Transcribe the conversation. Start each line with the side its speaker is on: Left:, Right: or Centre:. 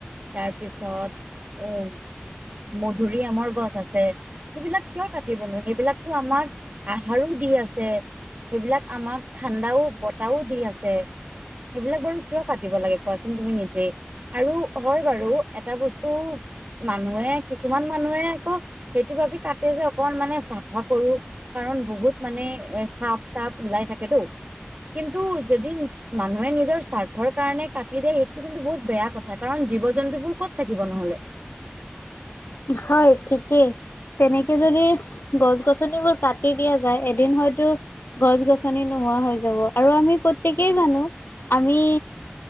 Right: তাৰপিছত অহ মধুৰি আমৰ গছ আছে সেইবিলাক কিয় কাটিবনো সেইবিলাকতো আমাৰ আহাৰো দি আছে সেইবিলাক আমাক ঠাণ্ডাও বতাহও দি আছে, সেইবিলাক বাৰু কিয় পাতিব লাগে কোৱাচোন তুমি নিজে আৰু হয় বাৰু এটা বস্তু মানুহে কিছুমান মানুহে আকৌ সেইটো ভাবি কাটে যে অকমান মানে চাফা কৰো কাৰণ বহুত মানে এ সাপ -তাপ ওলাই থাকেতো। কিন্তু যদি মানুহে নিজৰ স্বাৰ্থৰ কাৰণে কাত দে সেইটোটো কিন্তু বহুত বেয়া কথা কাৰণ জীৱ- জন্তুবোৰ ক'ত থাকিব নহ'লে।
Left: হয়, ঠিকেই। তেনেকে যদি গছ- গছনিবোৰ কাটি দিয়া যায় এদিন হয়তো গছ -গছনি নোহ নোহোৱা হৈ যাব আৰু আমি প্ৰতকেই জানো আমি